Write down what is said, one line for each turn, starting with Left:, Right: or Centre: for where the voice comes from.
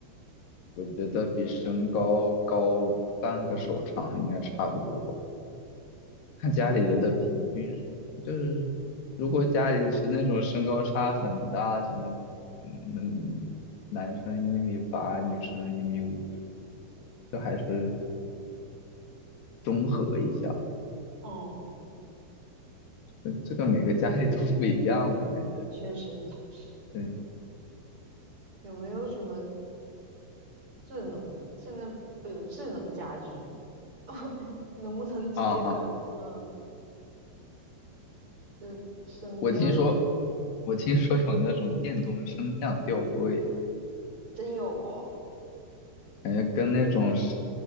Left: 我觉得比身高高半个手长应该差不多吧，看家里人的平均是就是如果家里是那种身高差很大，
Right: 嗯，
Left: 什么，嗯，男生一米八，女生一米五，就还是中和一下，
Right: 哦，
Left: 这这个每个家里都不一样嘛，
Right: 那你确实确实，
Left: 感觉，对，
Right: 有没有什么智能？现在不有智能家居吗 <laughs> 哦，能不能直接搞嗯，
Left: 啊啊，啊
Right: 就升降？
Left: 我听说，我听说有那种电动升降吊柜。
Right: 真有哦。
Left: 感觉跟那种是